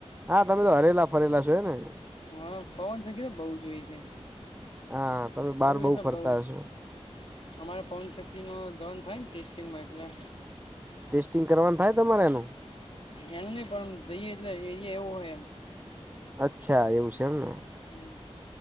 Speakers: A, on the right; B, on the left.
A: હા તમે તો હરેલા ફરેલા છો હે ને
B: હા પવન ચક્કી તો બહુ જોઈ છે
A: હા તમે બાર
B: બઉ
A: બહુ
B: એટલે
A: ફરતા
B: બઉ
A: હસો
B: અમારે પવનચક્કી માં જવાન થાય ને ટેસ્ટિંગમાં એટલે
A: ફિટિંગ કરવાનું થાય તમારે એનું
B: એનું નહિ પણ જઈએ એટલે એરિયા એવો હોય એમ.
A: અચ્છા એવું છે, એમને.
B: હમ.